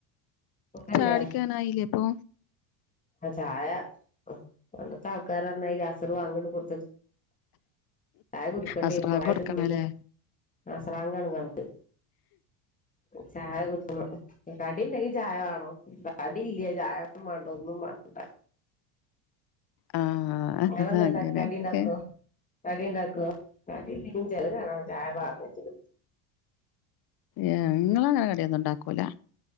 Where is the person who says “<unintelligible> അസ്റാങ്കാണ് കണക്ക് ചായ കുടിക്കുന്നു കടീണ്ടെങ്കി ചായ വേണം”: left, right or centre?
Left